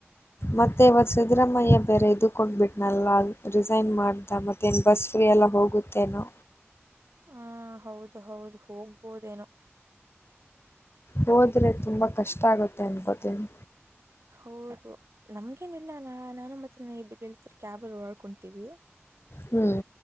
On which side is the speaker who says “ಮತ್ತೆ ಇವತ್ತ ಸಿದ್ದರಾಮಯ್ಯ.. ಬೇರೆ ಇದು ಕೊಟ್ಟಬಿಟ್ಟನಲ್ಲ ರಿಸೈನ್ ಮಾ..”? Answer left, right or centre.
Left